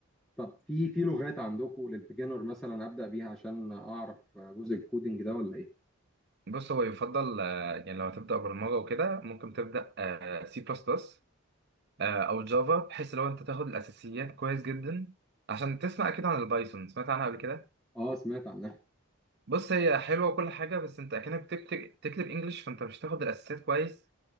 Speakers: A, in the centre; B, on the right.
A: طب في في لغات عندكم للبيجنر مثلا ابدا بيها عشان اعرف جزء الكودينج ده ولا ايه
B: بص هو يفضل آه، يعني لو هتبدا برمجه وكده ممكن تبدا سي بلس بلس آه، او جافا بحيث لو انت تاخد الاساسيات كويس جدا عشان تسمع اكيد عن البايثون سمعت عنها قبل كده
A: اه سمعت عنها
B: بص هي حلوه وكل حاجه بس انت اكنك بتكتب تكتب انجلش فانت مش هتاخد الاساسيات كويس